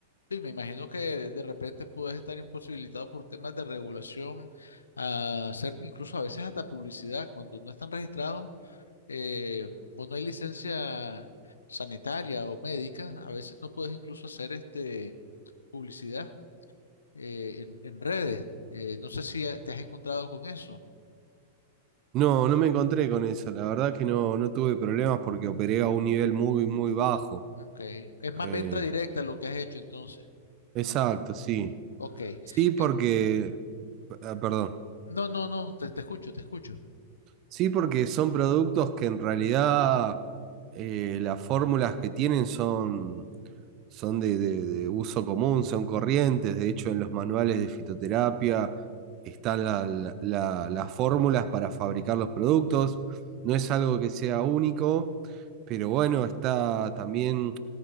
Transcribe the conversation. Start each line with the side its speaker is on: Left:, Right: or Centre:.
Left: Sí, me imagino que de repente puedes estar imposibilitado por temas de regulación, a hacer incluso a veces hasta publicidad cuando no están registrados eh, o no hay licencia sanitaria o médica, a veces no puedes incluso hacer este publicidad eh, en, en redes. Eh, no sé si ha- te has encontrado con eso.
Right: No, no me encontré con eso, la verdad que no, no tuve problemas porque operé a un nivel muy, muy bajo.
Left: Ok, es más
Right: Eh,
Left: venta directa lo que has hecho entonces.
Right: exacto, sí.
Left: Ok,
Right: Sí, porque,
Left: En-
Right: ah, perdón,
Left: no, no, no, te, te escucho, te escucho.
Right: sí, porque son productos que en realidad eh, las fórmulas que tienen son, son de, de- de uso común, son corrientes. De hecho, en los manuales de fitoterapia están la- la- la- las fórmulas para fabricar los productos. No es algo que sea único, pero bueno, está también